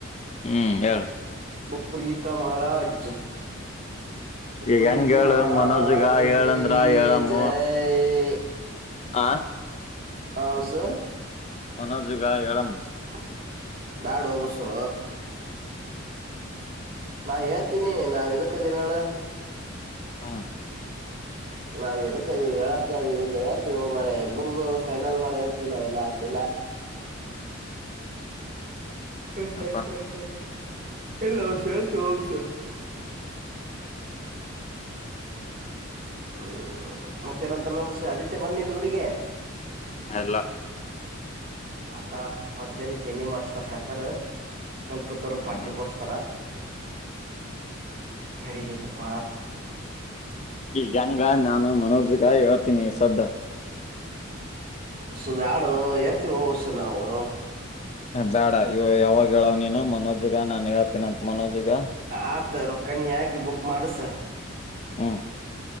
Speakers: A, on the left; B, on the right.
A: ಹ್ಮ್ ಹೇಳ
B: ಪ್ರರಿಕಾ ಮಹಾರಾಜ ಉಪ್ಪಾರಕಿ
A: ಈಗ ಹೆಂಗ ಹೇಳು
B: ಮಹಾರಾಜ
A: ಮನೋಜಗ ಹೇಳಂದ್ರ
B: ಕೀ
A: ಹೇಳಮ್ಮ
B: ಜೈ
A: ಆ
B: ಹ ಬಸು
A: ಮನೋಜುಗ ಹೆಳಂ
B: ಹ ಬ್ಯಾಡು ಓ ಬಸು ನಾ ಹೇಳ್ತೀನಿ ನಾವ್ ಎದಕ್ ಆದಿವಿ ಹೇಳು
A: ಹಾ
B: ನಾವ್ ಎದಕಧಿವಿ ಹೇಳಕ ಐಧೀವಿ ಇಲ್ಲ ಹೇಳ್ತೀವ ಮ ಇಬ್ರದು ಫೈನಲ್ ಮಾಡಿ ಹೇಳ್ತೀವಿ ನಾವೆಲ್ಲಾ ಹ ಹ್ಮ
A: ಏನಪ್ಪಾ
B: ಹ್ಮ ಹ್ಮ ಎಲ್ಲ ಅವಸ ಆತು ಅವಸ ಹ್ಮ್ ಮತ್ತೇನಂತ ನೋ ಬಸ ಆದಿತ್ಯ ಬಂದು ಇಲ್ಲ ಊರಿಗೆ
A: ಇಲ್ಲ
B: ಆತ ಪಜ್ಜರಿ ಚನ್ನಿ ಮಾಡಸ್ತಾರ್ ಕಾಕರ್ ಕಲ್ಪತರು
A: ಹ್ಮ್
B: ಪಾರ್ಟಿ ಕೊಡಸ್ತಾರ ನಡಿತೈತಪ್ಪ
A: ಹೆಂಗ ನಾನು ಮನೋಜ್ಗ ಹೇಳ್ತೀನಿ ಸದ್ಯ
B: ಸು ಬ್ಯಾಡು ಹೇಳ್ತಿವ ಬಸು ನಾವು
A: ಬೇಡ ಇವ ಯಾವಾಗ ಹೇಳವ್ ನೀನು ಮನೋಜ್ಗ ನಾನ್ ಹೇಳ್ತೀನಂತ ಮನೋಜ್ಗ
B: ಆತ ನೀ ಹಾಕಿ ಬುಕ್ ಮಾಡಿಸು
A: ಹ್ಮ